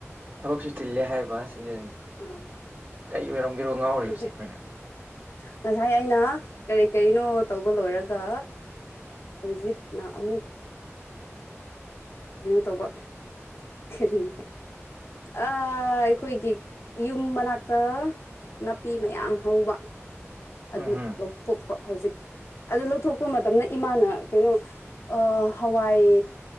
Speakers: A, on the right; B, on the left.
A: ꯊꯕꯛꯁꯨ ꯆꯤꯜꯂꯦ ꯍꯥꯏꯕ ꯁꯤꯗꯅꯤ
B: ꯑꯥ
A: ꯀꯩ ꯑꯣꯏꯔꯝꯒꯦꯔꯣ ꯉꯥꯎꯔꯤꯕꯁꯦ
B: ꯍꯧꯖꯤꯛ
A: ꯑꯩꯈꯣꯏꯅ
B: ꯉꯁꯥꯏ ꯑꯩꯅ ꯀꯔꯤ ꯀꯔꯤꯅꯣ ꯇꯧꯕ ꯂꯣꯏꯔꯒ ꯍꯧꯖꯤꯛꯅ ꯑꯃꯨꯛ ꯀꯩꯅꯣ ꯇꯧꯕ ꯀꯔꯤ ꯑꯥ ꯑꯩꯈꯣꯏꯒꯤ ꯌꯨꯝ ꯃꯅꯥꯛꯇ ꯅꯥꯄꯤ ꯃꯌꯥꯝ ꯍꯧꯕ
A: ꯎꯝ
B: ꯑꯗꯨ
A: ꯍꯝ
B: ꯂꯧꯊꯣꯛꯄ ꯍꯧꯖꯤꯛ ꯑꯗꯨ ꯂꯧꯊꯣꯛꯄ ꯃꯇꯝꯗ ꯏꯃꯥꯅ ꯀꯩꯅꯣ ꯑꯣ ꯍꯋꯥꯏ